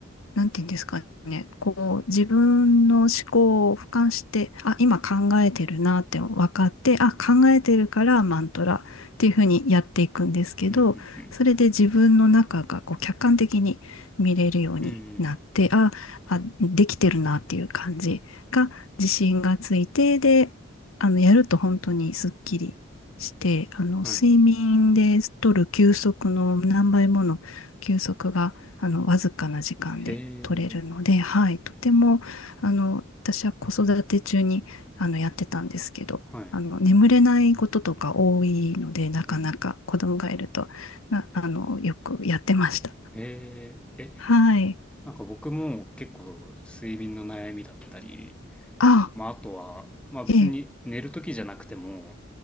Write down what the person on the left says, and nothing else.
なんていうんですかね、こう、自分の思考を俯瞰して、あ、今考えてるなって分かって、あ、考えてるからマントラっていうふうにやっていくんですけど、
それで自分の中がこう客観的に見れるようになって、
あ、あ、できてるなっていう感じが自信がついて、で、あの、やると本当にすっきりして、あの、
睡眠で取る休息の何倍もの休息が、
あの、わずかな時間で、
取れるので、はい、とても、あの、私は子育て中に、あの、やってたんですけど、
あの、眠れないこととか多いので、なかなか子供がいると、
な、あの、よくやってました。
はい。
あ、
ええ、